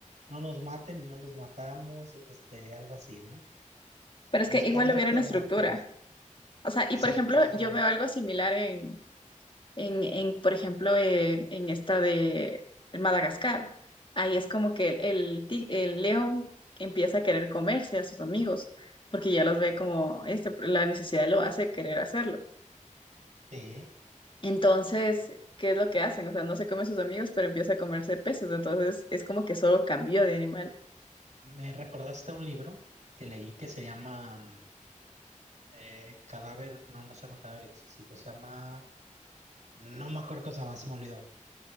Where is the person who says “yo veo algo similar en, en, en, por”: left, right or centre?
Left